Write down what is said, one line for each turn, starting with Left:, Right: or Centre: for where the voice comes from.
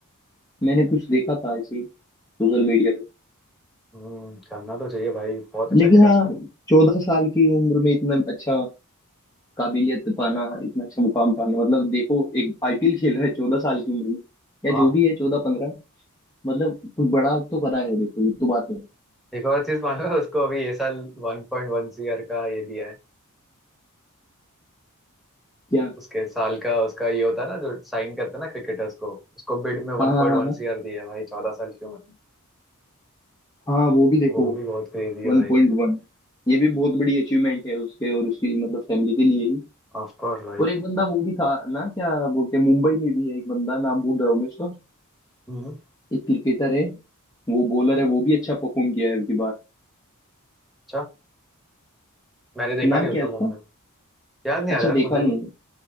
Left: मैंने कुछ देखा था ऐसे ही सोशल मीडिया पे
Centre: हम्म करना तो चाहिए भाई बहुत अच्छा
Left: लेकिन
Centre: खेला
Left: हाँ
Centre: उसने
Left: चौदह साल की उम्र में इतना अच्छा काबिलियत पाना इतना अच्छा मुकाम पाना मतलब देखो एक आईपीएल खेल रहा है चौदह साल की उम्र में या
Centre: हाँ
Left: जो भी है चौदह पंद्रह मतलब कुछ बड़ा तो करा है देखो ये तो बात है
Centre: एक और चीज मानो उसको अभी ये साल वन पॉइंट वन सीआर का ये दिया है
Left: क्या
Centre: उसके साल का उसका ये होता है ना जो साइन करते हैं ना क्रिकेटर्स को उसको बिड में
Left: हाँ
Centre: वन
Left: हाँ
Centre: पॉइंट
Left: हाँ
Centre: वन
Left: हाँ
Centre: सीआर दिया है भाई चौदह साल की उम्र
Left: हाँ वो भी देखो
Centre: वो भी बहुत क्रेजी है
Left: वन
Centre: भाई
Left: पॉइंट वन ये भी बहुत बड़ी अचीवमेंट है उसके और उसकी मतलब फैमिली के लिए ही
Centre: ऑफ कोर्स भाई
Left: और एक बंदा वो भी था ना क्या बोलते हैं मुंबई में भी है एक बंदा नाम भूल रहा हूँ मैं उसका
Centre: हम्म
Left: एक क्रिकेटर है वो बॉलर है वो भी अच्छा परफॉर्म किया है अब की बार
Centre: अच्छा मैंने देखा
Left: नाम
Centre: नहीं
Left: क्या
Centre: उतना
Left: है उसका
Centre: मुंबई याद नहीं
Left: अच्छा
Centre: आ रहा यार
Left: देखा
Centre: मुझे
Left: नहीं
Centre: भी
Left: है